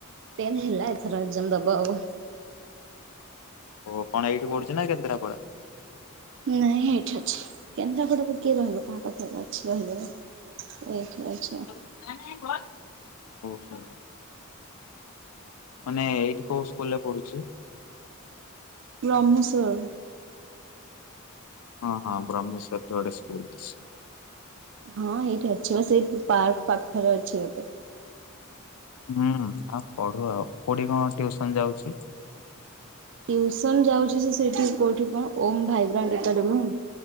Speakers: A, on the right (about 55°); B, on the left (about 85°).
A: ଟେନ୍ଥ ହେଲା ଏଥର ଏକ୍ଜାମ୍ ଦବ ଆଉ।
B: ଓ କଣ ଏଇଠି ପଢୁଛି ନା କେନ୍ଦ୍ରାପଡ଼ା?
A: ନାଇଁ ଏଇଠି ଅଛି କେନ୍ଦ୍ରାପଡ଼ା ରେ କିଏ ରହିବ କାହା ପାଖରେ ଅଛି ରହିବ। ଏଇଠି ଅଛି। ଆଉ।
B: <unintelligible> ଓ ହୋ। ମାନେ ଏଇଠି କୋଉ ସ୍କୁଲ୍ ରେ ପଢୁଛି?
A: ବ୍ରହ୍ମସର।
B: ହଁ ହଁ ବ୍ରହ୍ମସର ଗୋଟେ ସ୍କୁଲ୍ ଅଛି।
A: ହଁ ଏଇଠି ଅଛି ବା ସେଇ ପାର୍କ ପାଖରେ ଅଛି ଗୋଟେ।
B: ହୁଁ ଆ ପଢୁ଼ ଆଉ କୋଉଠି କଣ ଟ୍ୟୁସନ୍ ଯାଉଛି?
A: ଟ୍ୟୁସନ୍ ଯାଉଛି ସେ ସେଇଠି କୋଉଠି କଣ ଓମ୍ ଭାଇବ୍ରାଣ୍ଟ ଏକାଡେମୀ।